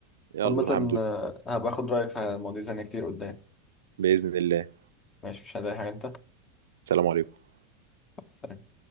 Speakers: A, on the right; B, on the left.
A: يلا
B: عامة
A: الحمد لله
B: آه، هبقى اخد رأيك في مواضيع تانية كتير قدام
A: باذن الله
B: ماشي مش هضايق حاجة انت
A: سلام عليكم
B: سلام.